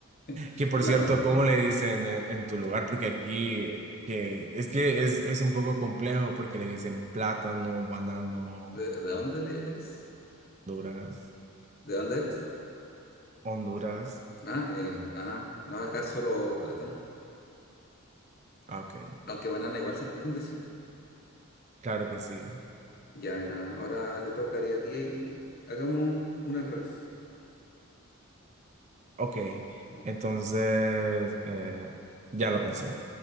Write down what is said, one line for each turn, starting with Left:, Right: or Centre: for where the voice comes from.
Left: <laughs>
Right: que por
Left: Plátano.
Right: cierto, ¿cómo le dicen en, en tu lugar? Porque aquí, eh, que es que es, es un poco complejo porque le dicen plátano, banano,
Left: ¿De, de dónde le- eres?
Right: Honduras,
Left: ¿De dónde eres?
Right: Honduras.
Left: Ah, eh, ah, no, acá solo plátano.
Right: Ah, ok,
Left: Aunque banana igual se entiende, sí.
Right: claro que sí.
Left: Ya, mira, ahora te tocaría a ti y hagamos una al revés.
Right: Ok,
Left: Ujú.
Right: entonces, eh, ya lo pensé.